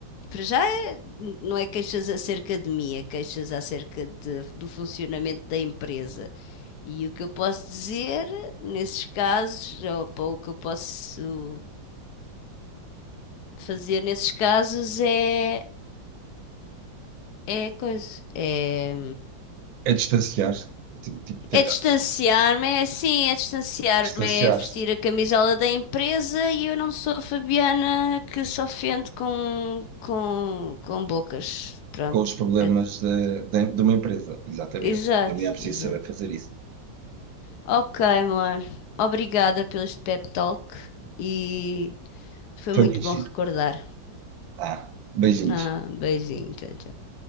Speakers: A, on the left (about 65°); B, on the right (about 75°).
A: para já, é- não é queixas acerca de mim, é queixas acerca de- do funcionamento da empresa. E o que eu posso dizer nesses casos, ou pá, o que eu posso fazer nesses casos é, é coisa. É,
B: É distanciar-se, ti- tipo, tentar
A: é distanciar-me, é assim, é distanciar-me,
B: distanciar-se
A: é vestir a camisola da empresa e eu não sou a Fabiana que se ofende com, com, com bocas. Pronto.
B: com os problemas
A: Eu-
B: de, de, de uma empresa. Exatamente.
A: Exato,
B: Também é preciso
A: exato.
B: saber fazer isso.
A: Ok, amor. Obrigada pelo este pep talk e foi
B: Foi
A: muito
B: muito
A: bom
B: giro.
A: recordar.
B: Tá. Beijinhos.
A: Ah, beijinho, tchau, tchau.